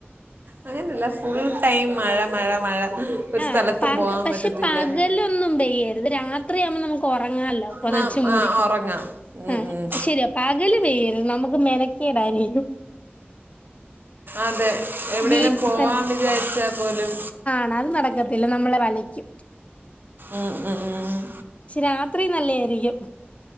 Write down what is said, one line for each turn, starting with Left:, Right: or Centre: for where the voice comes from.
Right: അങ്ങനല്ല ഫുൾ ടൈം മഴ, മഴ, മഴ. ഒരു
Left: ആഹ്
Right: സ്ഥലത്തും പോകാൻ
Left: പക്ഷേ
Right: പറ്റത്തില്ല
Left: പകലൊന്നും പെയ്യരുത്. രാത്രിയാവുമ്പോ നമ്മുക്ക് ഉറങ്ങാല്ലോ. പൊതച്ചു
Right: ന്നാ
Left: മൂടിക്കിടക്കണം.
Right: ആ ഉറങ്ങാം ഉം
Left: അയ്
Right: ഉം
Left: ശരിയാ പകല് പെയ്യരുത് നമ്മുക്ക് മെനക്കേടാല്ലേലും.
Right: അതെ എവിടെലും
Left: വീട്ടിൽ
Right: പോവാൻ വിചാരിച്ചാ പോലും
Left: ന്നാലും നടക്കത്തില്ല നമ്മളെ വലക്കും.
Right: ഉം ഉം ഉം
Left: പക്ഷേ രാത്രി നല്ലായിരിക്കും.